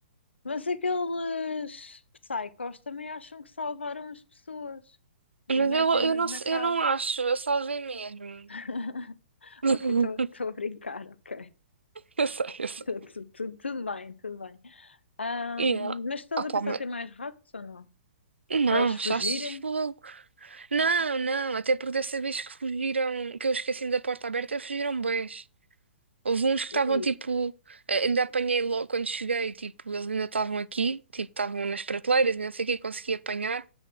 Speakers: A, on the left; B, on the right.
A: Mas aqueles psychos também acham que salvaram as pessoas e
B: Mas
A: metem-nos
B: eu, eu não,
A: na
B: sei-
A: cave.
B: eu não acho, eu salvei mesmo.
A: <laughs>
B: <laughs>
A: Ok, estou a brincar, ok.
B: Eu sei, eu sei.
A: Tu- tu- tu- Tudo bem, tudo bem. Ahm,
B: E ela,
A: mas estás
B: opa,
A: a pensar
B: mas,
A: em ter mais ratos ou não?
B: não,
A: Para eles fugirem?
B: achaste fogo. Não, não, até porque dessa vez que fugiram, que eu esqueci da porta aberta, fugiram bem. Houve uns que estavam
A: Ui,
B: tipo, eh, ainda apanhei logo quando cheguei, tipo, eles ainda estavam aqui, tipo, estavam nas prateleiras, e não sei o que, consegui apanhar,